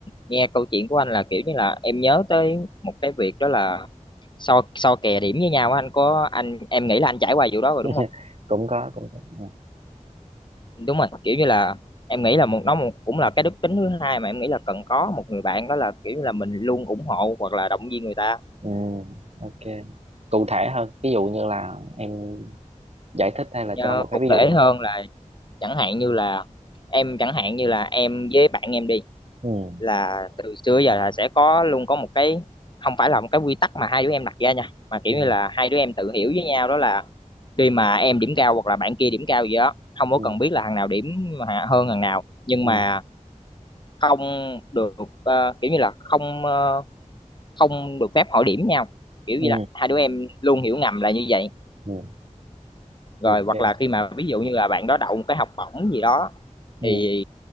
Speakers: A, on the left (about 35°); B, on the right (about 55°).
A: nghe câu chuyện của anh là kiểu như là em nhớ tới một cái việc đó là so so kè điểm với nhau á, anh có anh em nghĩ là anh trải qua vụ đó rồi
B: <laughs>
A: đúng không
B: cũng có cũng có. Ừ.
A: đúng rồi kiểu như là em nghĩ là một nó một, cũng là cái đức tính thứ hai mà em nghĩ là cần có một người bạn đó là kiểu như là mình luôn ủng hộ hoặc là động viên người ta
B: Ừ, ok. Cụ thể hơn, ví dụ như là em giải thích hay là
A: Ờ,
B: cho một cái
A: cụ
B: ví dụ
A: thể
B: nào
A: hơn
B: đó.
A: là chẳng hạn như là em chẳng hạn như là em với bạn em đi
B: Ừ,
A: là từ xưa giờ là sẽ có luôn có một cái không phải là một cái quy tắc mà hai đứa em đặt ra nha mà kiểu
B: ừ,
A: như là hai đứa em tự hiểu với nhau đó là khi mà em điểm cao hoặc là bạn kia điểm cao gì đó không
B: ừ,
A: có cần biết là thằng nào điểm hạ- hơn thằng nào nhưng
B: ừ,
A: mà không được ờ, kiểu như là không ờ, không được phép hỏi điểm nhau kiểu
B: ừ,
A: như là hai đứa em luôn hiểu ngầm là như vậy
B: ừ,
A: rồi
B: ok.
A: hoặc là khi mà ví dụ như là bạn đó đậu một cái học bổng gì đó
B: Ừ,
A: thì